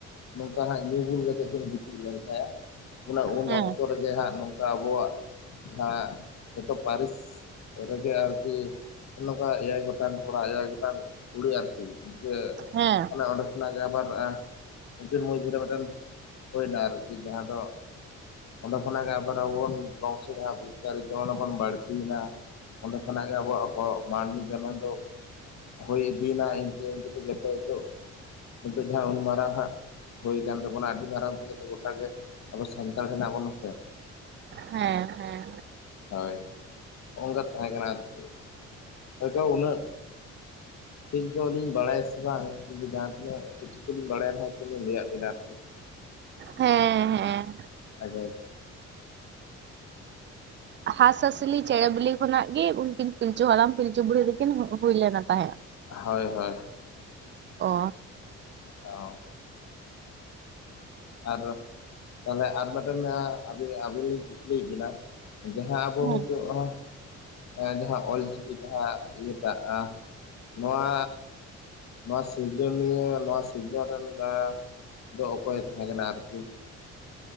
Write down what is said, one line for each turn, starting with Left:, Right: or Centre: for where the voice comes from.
Left: ᱱᱚᱝᱠᱟ ᱦᱟᱸᱜ ᱧᱩ ᱵᱩᱞ ᱠᱟᱛᱮᱜ ᱠᱤᱱ ᱜᱤᱛᱤᱡ ᱞᱮᱱᱛᱟᱭᱟ ᱚᱱᱟ ᱩᱱ
Right: ᱦᱮᱸ
Left: ᱚᱠᱛᱚ ᱨᱮᱜᱮ ᱦᱟᱸᱜ ᱱᱚᱝᱠᱟ ᱟᱵᱚᱣᱟᱜ ᱡᱟᱦᱟᱸ ᱡᱚᱛᱚ ᱯᱟᱹᱨᱤᱥ ᱨᱮᱜᱮ ᱟᱨᱠᱤ ᱱᱚᱝᱠᱟ ᱮᱭᱟᱭ ᱜᱚᱴᱟᱝ ᱠᱚᱲᱟ ᱮᱭᱟᱭ ᱜᱚᱴᱟᱝ ᱠᱩᱲᱤ ᱟᱨᱠᱤ ᱡᱮ
Right: ᱦᱮᱸ
Left: ᱚᱱᱮ ᱚᱸᱰᱮ ᱠᱷᱚᱱᱟᱜ ᱜᱮ ᱟᱵᱟᱨ <unintelligible> ᱩᱱᱠᱤᱱ ᱢᱚᱫᱽᱫᱷᱮ ᱢᱤᱫᱴᱟᱝ ᱦᱩᱭᱱᱟ ᱟᱨᱠᱤ ᱡᱟᱦᱟᱸ ᱫᱚ ᱚᱸᱰᱮ ᱠᱷᱚᱱᱟᱜ ᱜᱮ ᱟᱵᱟᱨ ᱟᱵᱚᱵᱚᱱ ᱵᱚᱝᱥᱚ ᱡᱟᱦᱟ ᱵᱤᱥᱛᱟᱨᱤᱛᱚ ᱚᱱᱟ ᱵᱚᱱ ᱵᱟᱹᱲᱛᱤᱭ ᱱᱟ ᱚᱱᱰᱮ ᱠᱷᱚᱱᱟᱜ ᱜᱮ ᱟᱵᱚᱣᱟᱜ ᱦᱚᱜ ᱢᱟᱹᱱᱢᱤ ᱡᱚᱱᱚᱢ ᱫᱚ ᱦᱩᱭ ᱤᱫᱤᱭᱮᱱᱟ ᱤᱱᱠᱟᱹ ᱤᱱᱠᱟᱹᱛᱮ ᱡᱚᱛᱚ ᱱᱤᱛᱚᱜ ᱱᱤᱛᱚᱜ ᱡᱟᱦᱟᱸ ᱩᱱ ᱢᱟᱨᱟᱝ ᱦᱟᱸᱜ ᱦᱩᱭ ᱠᱟᱱ ᱛᱟᱵᱳᱱᱟ ᱟᱹᱰᱤ ᱢᱟᱨᱟᱝ ᱛᱮᱜᱮ ᱜᱚᱴᱟᱜᱮ ᱟᱵᱚ ᱥᱟᱱᱛᱟᱲ ᱦᱮᱱᱟᱜ ᱵᱚᱱᱟ ᱥᱮ
Right: ᱦᱮᱸ ᱦᱮᱸ
Left: ᱦᱳᱭ ᱦᱚᱜ ᱚ ᱱᱚᱝᱠᱟ ᱛᱟᱦᱮᱸ ᱠᱟᱱᱟ ᱟᱨᱠᱤ ᱦᱳᱭᱛᱚ ᱩᱱᱟᱹᱜ ᱴᱷᱤᱠ ᱫᱚ ᱞᱤᱧ ᱵᱟᱲᱟᱭᱟ ᱥᱮ ᱵᱟᱝ ᱠᱤᱱᱛᱩ ᱡᱟᱦᱟᱸ ᱛᱤᱱᱟᱹᱜ ᱠᱤᱪᱷᱩ ᱫᱚᱞᱤᱧ ᱵᱟᱲᱟᱭᱟ ᱨᱮᱦᱚ ᱛᱚ ᱞᱤᱧ ᱞᱟᱹᱭ ᱟᱫ ᱵᱤᱱᱟ ᱟᱨᱠᱤ <unintelligible>
Right: ᱦᱮᱸ ᱦᱮᱸ
Left: ᱟᱫᱚ
Right: ᱦᱟᱥᱼᱦᱟᱸᱥᱞᱤ ᱪᱮᱬᱮ ᱵᱤᱞᱤ ᱠᱷᱚᱱᱟᱜ ᱜᱮ ᱩᱱᱠᱤᱱ ᱯᱤᱞᱪᱩ ᱦᱟᱲᱟᱢ ᱯᱤᱞᱪᱩ ᱵᱩᱲᱦᱤ ᱫᱩᱠᱤᱱ ᱦᱩᱭ ᱞᱮᱱᱟ ᱛᱟᱦᱮᱸᱫ
Left: ᱦᱳᱭ ᱦᱳᱭ
Right: ᱚ
Left: ᱚ ᱟᱨ ᱛᱟᱦᱞᱮ ᱟᱨ ᱢᱤᱫᱴᱮᱱ ᱟᱹᱵᱤᱱ ᱟᱹᱵᱤᱱ ᱞᱤᱧ ᱠᱩᱠᱞᱤᱭᱮᱫ ᱵᱤᱱᱟ ᱡᱟᱦᱟᱸ ᱟᱵᱚ
Right: ᱦᱮᱸ
Left: ᱦᱚᱭᱛᱳ ᱚ ᱡᱟᱦᱟᱸ ᱚᱞᱪᱤᱠᱤ ᱡᱟᱦᱟᱸ ᱤᱭᱟᱹᱴᱟᱜ ᱱᱚᱣᱟ ᱱᱚᱣᱟ ᱥᱤᱡᱚᱱᱤᱭᱟᱹ ᱱᱚᱣᱟ ᱥᱤᱡᱚᱱ ᱨᱮᱱ ᱜᱟ ᱫᱚ ᱚᱠᱚᱭ ᱛᱟᱦᱮ ᱠᱟᱱᱟ ᱟᱨᱠᱤ